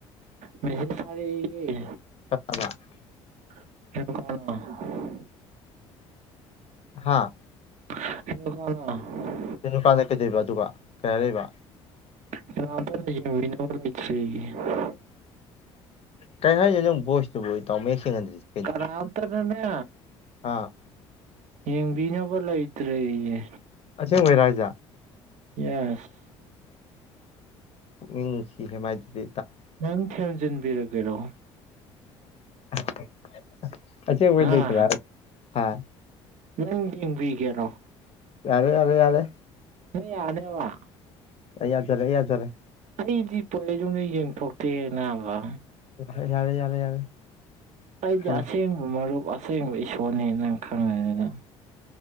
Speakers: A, on the right; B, on the left.
A: ꯃꯦꯁꯦꯁ ꯊꯥꯔꯛꯑꯦꯌꯦ
B: ꯀꯅꯥꯗ
A: <unintelligible>
B: ꯍꯥꯥ
A: <unintelligible>
B: ꯀ ꯅꯨꯨꯀꯥꯟꯗ ꯀꯩꯗꯣꯏꯕ ꯑꯗꯨꯒ ꯀꯩ ꯍꯥꯏꯔꯛꯏꯕ
A: <unintelligible>
B: ꯀꯩ ꯍꯥꯏꯅꯣ ꯅꯪ ꯚꯣꯏꯇꯣ ꯁꯕ ꯏ ꯇꯥꯎ ꯃꯌꯦꯛ ꯁꯦꯡꯅꯟꯗ꯭ꯔꯤꯁꯤ ꯀꯩꯅꯣ
A: ꯀꯅꯥꯝꯇꯅꯅꯦ
B: ꯑꯥ
A: ꯌꯦꯡꯕꯤꯅꯕ ꯂꯩꯇ꯭ꯔꯦꯌꯦ
B: ꯑꯁꯤꯁꯦꯡ ꯑꯣꯏꯣꯏꯔꯖꯥ
A: ꯌꯥꯁ
B: ꯎꯁꯤ ꯍꯦꯃꯥꯏꯗꯨꯗꯤ
A: ꯅꯪ ꯊꯦꯝꯖꯤꯟꯕꯤꯔꯒꯦꯔꯣ
B: <inaudible> ꯑꯁꯦ ꯑꯣꯏꯣꯏꯗꯗ
A: ꯍꯥ
B: ꯍꯥ
A: ꯅꯪ ꯌꯦꯡꯕꯤꯒꯦꯔꯣ
B: ꯌꯥꯔꯦ ꯌꯥꯔꯦ ꯌꯥꯔꯦ
A: ꯅꯪ ꯌꯔꯅꯤꯕ
B: ꯌꯥꯗꯖꯔꯦ ꯌꯥꯖꯔꯦ
A: ꯑꯩꯗꯤ ꯄꯗꯧꯅ ꯌꯦꯡꯊꯣꯛꯇꯦ ꯅꯥꯕ
B: ꯌꯥꯔꯦ ꯌꯥꯔꯦ ꯌꯥꯔꯦ ꯌꯥꯔꯦ
A: ꯑꯩꯒꯤ
B: ꯎꯝ
A: ꯑꯁꯦꯡꯕ ꯃꯔꯨꯞ ꯑꯁꯦꯡꯕ ꯄꯣꯠꯅꯦ ꯅꯪ ꯈꯪꯉꯦ ꯑꯗꯨꯅ